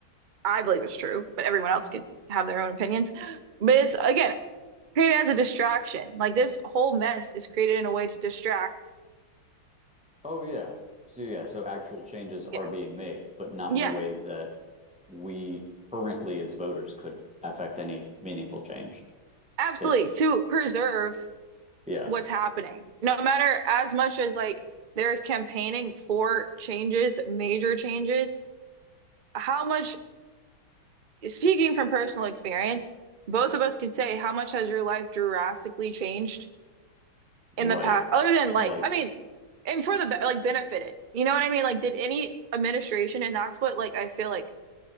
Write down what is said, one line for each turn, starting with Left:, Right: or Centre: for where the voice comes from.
Right: I believe it's true, but everyone else can have their own opinions. <gasps> But it's again created as a distraction. Like this whole mess is created in a way to distract,
Centre: Oh yeah. So yeah, so actual changes are
Right: you know.
Centre: being made, but not
Right: Yes,
Centre: in a way that we currently as voters could affect any meaningful change.
Right: absolutely,
Centre: It's
Right: to preserve
Centre: yeah,
Right: what's happening. No matter as much as like there's campaigning for changes, major changes, how much speaking from personal experience, both of us could say how much has your life drastically changed in
Centre: right.
Right: the past, other than like,
Centre: Like
Right: I mean, and for the be- like benefited. You know what I mean? Like, did any administration, and that's what like I feel like